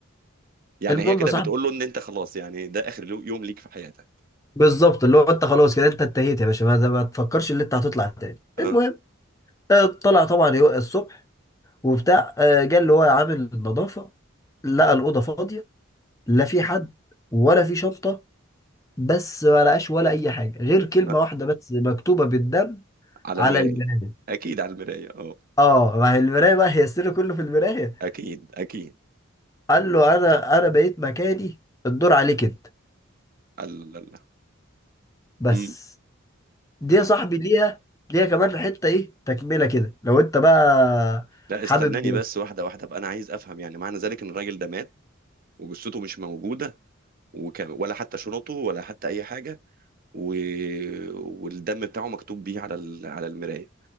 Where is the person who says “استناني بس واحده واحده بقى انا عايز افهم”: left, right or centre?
Right